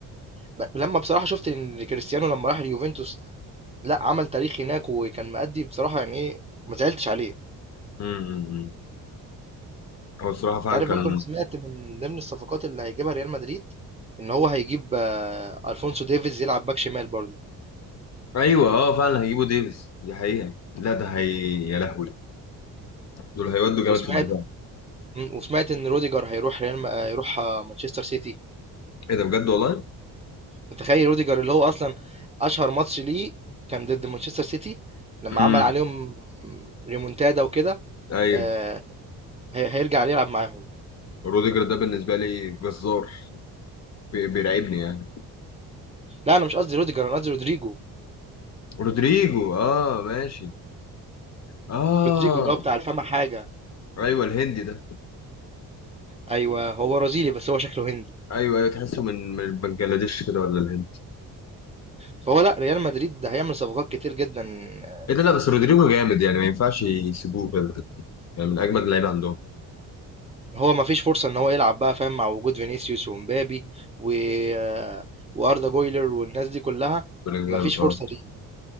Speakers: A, on the right; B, on the left.
A: ب- لما بصراحه شفت ان كريستيانو لما راح اليوفنتوس لا عمل تاريخ هناك وكان مأدي بصراحه يعني ايه ما زعلتش عليه
B: امم هو الصراحه فعلا
A: انت عارف
B: كان
A: برضه انا سمعت من ضمن الصفقات اللي هيجيبها ريال مدريد ان هو هيجيب آه، الفونسو ديفيز يلعب باك شمال برضه
B: ايوه اه فعلا هيجيبوا ديفيز دي حقيقه لا ده هي يا لهوي دول هيودوا جامد
A: وسمعت
B: في الدفاع
A: مم، وسمعت ان روديجر هيروح ريال م- آه، هيروح آه، مانشستر سيتي
B: ايه ده بجد والله
A: متخيل روديجر اللي هو اصلا اشهر ماتش ليه كان ضد مانشستر سيتي لما
B: امم
A: عمل عليهم ريمونتادا وكده
B: ايوه
A: آه، هي- هيرجع يلعب معاهم
B: روديجر ده بالنسبه لي جزار بي- بيرعبني يعني
A: لا انا مش قصدي روديجر انا قصدي رودريجو
B: رودريجو اه ماشي اه
A: رودريجو اللي هو بتاع الفم حاجه
B: ايوه الهندي ده
A: ايوه هو برازيلي بس هو شكله هندي
B: ايوه ايوه تحسه من من بنجلاديش كده ولا الهند
A: فهو لا ريال مدريد ده هيعمل صفقات كتير جدا آه،
B: ايه ده لا بس رودريجو جامد يعني ما ينفعش يسيبوه كده يعني من اجمد اللعيبه عندهم
A: وهو ما فيش فرصه ان هو يلعب بقى فاهم مع وجود فينيسيوس ومبابي و آه، واردا جويلر والناس دي كلها
B: بلينجهام
A: ما فيش فرصه
B: اه
A: ليه